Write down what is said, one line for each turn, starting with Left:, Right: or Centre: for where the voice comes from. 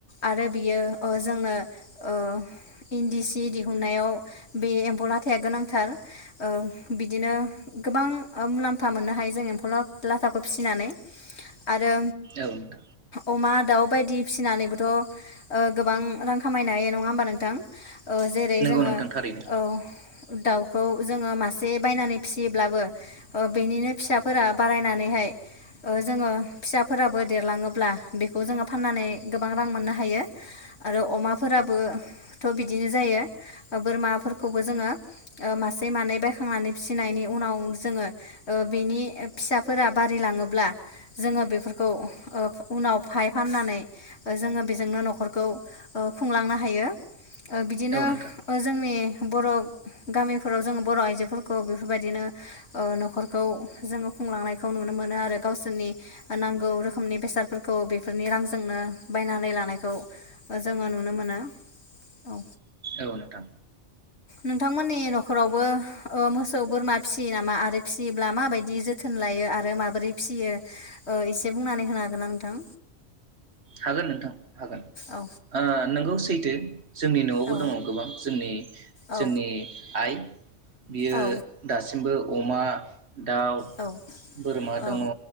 Left: आरो बियो ओ जोंनो ओ इन्दि सि दिहुननायाव बे एम्फौ लाथाया गोनांथार ओ बिदिनो गोबां ओ मुलाम्फा मोननो हायो जों एम्फौ ला-लाथाखौ फिसिनानै आरो
Right: औ नोंथां।
Left: अमा दाउ बायदि फिसिनानैबोथ' ओ गोबां रां खामायनो हायो नङा होमबा नोंथां? ओ जेरै
Right: नंगौ
Left: जोङो
Right: नोंथां
Left: औ
Right: थारैनो
Left: दाउ औ जोङो मासे बायनानै फिसियोब्लाबो ओ बेनिनो फिसाफोरा बारायनानैहाय ओ जोङो फिसाफोराबो देरलाङोब्ला बेखौ जोङो फाननानै गोबां रां मोननो हायो आरो अमाफोराबो थ' बिदिनो जायो बोरमा खौबो जोङो मासे मानै बायखांनानै फिसिनायनि उनाव जोङो ओ बिनि फिसाफोरा बारिलाङोब्ला जोङो बेफोरखौ ओ उनाव फाय फाननानै जोङो बेजोंनो न'खरखौ ओ खुंलांनो हायो ओ बिदिनो
Right: औ नोंथां
Left: ओ जोंनि बर' गामिफोराव जोङो बर' आइजोफोरखौ बेफोरबायदिनो ओ न'खरखौ जोङो खुंलांनायखौ नुनो मोनो आरो गावसोरनि नांगौ रोखोमनि बेसादफोरखौ बेफोरनि रांजोंनो बायनानै लानायखौ जोङो नुनो मोनो औ
Right: औ नोंथां
Left: नोंथांमोननि न'खरावबो ओ मोसौ बोरमा फिसियो नामा आरो फिसियोब्ला माबायदि जोथोन लायो आरो माबोरै फिसियो ओ इसे बुंनानै होनो हागोन ना नोंथां?
Right: हागोन नोंथां। हागोन
Left: औ
Right: ओ नोंगौ सैथो। जोंनि न'आवबो
Left: औ
Right: दङ गोबां जोंनि
Left: औ
Right: जोंनि आइ बियो
Left: औ
Right: दासिमबो अमा दाउ
Left: औ
Right: बोरमा
Left: औ
Right: दङ